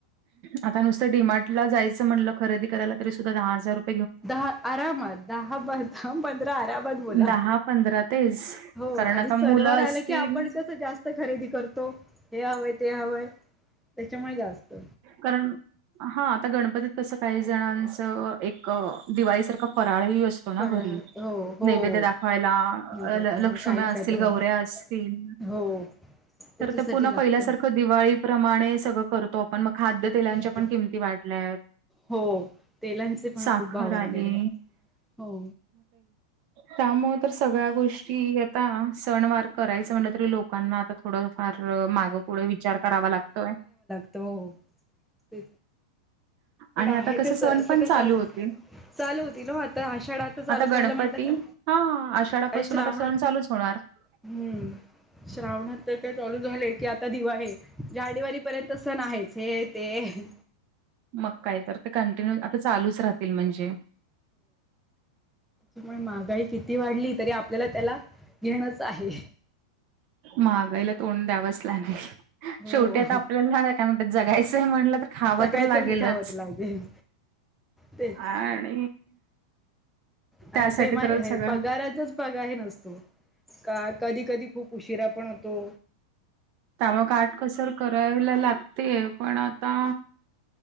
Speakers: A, on the right; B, in the centre.
A: आता नुसतं, डीमार्टला जायचं म्हणलं, खरेदी करायला. तरी सुद्धा, दहा हजार रुपय
B: दहा आरामात. दहा बा द पंधरा आरामात बोला.
A: दहा पंधरा तेच
B: हो
A: कारण
B: आणि
A: आता मुलं
B: सणवार
A: असतील
B: आलं की, आपण कसं जास्त खरेदी करतो हे हवंय ते हवंय त्याच्यामुळे जास्त
A: कारण हा आता गणपतीत कसं काही जणांचं एक दिवाळीसारखं फराळही अस ना
B: फराळात
A: घरी
B: हो हो
A: नैवेद्य
B: हो
A: दाखवायला
B: निराला
A: लक्ष्म्या
B: काय नाही
A: असतील
B: काहीतरी हवं
A: गौऱ्या अस तील
B: हो त्याच्यासाठी
A: तर ते पुन्हा
B: लागतं
A: पहिल्यासारखं दिवाळीप्रमाणे सगळं करतो आपण मग खाद्यतेलांच्या
B: करतो
A: पण किमती वाढल्यात
B: हो तेलांचे पण
A: साखर
B: खूप भाव वाढलेले
A: आली
B: आहेत, हो.
A: त्यामुळे तर सगळ्या गोष्टी आता सणवार करायचं म्हटलं तरी लोक लोकांना आता थोडंफार मागे पुुढे विचार करावा लागतोय.
B: तो ते पण
A: आणि
B: आहे
A: आता कसं
B: स
A: सणपण
B: सगळं
A: चालू
B: साध
A: होतील.
B: चालू होती ना आता आषाढात चालू
A: आता
B: झालं
A: गणपती
B: म्हटलं तर
A: हा, आषाढापासून
B: काही श्रावणात
A: आता सण चालूच होणार. <inaudible>
B: हम्म श्रावणात तर काय चालू झाले की आता दिवाळी आहे. जानेवारी पर्यंत सण आहेच हे ते आहे.
A: मग काय कर ते कंटिन्यू आता चालूच राहतील म्हणजे
B: पण महागाई किती वाढली, तरी आपल्याला त्याला घेणच आहे.
A: महागाईला तोंड द्यावच लागल
B: हो
A: शेवटी आता आपल्याला काय म्हणता जगायचं म्हणलं तर
B: सकाळच
A: खावं तर लागेलच
B: म्हणजे खावत लागेल तेच
A: आणि
B: आणि
A: त्यासाठी
B: ते माहे
A: तर
B: हे
A: सगळं
B: पगाराचच पत्ता ही नसतो का कधी कधी खूप उशिरा पण होतो.
A: त्यामुळे मग काटकसर करायला लागते पण आता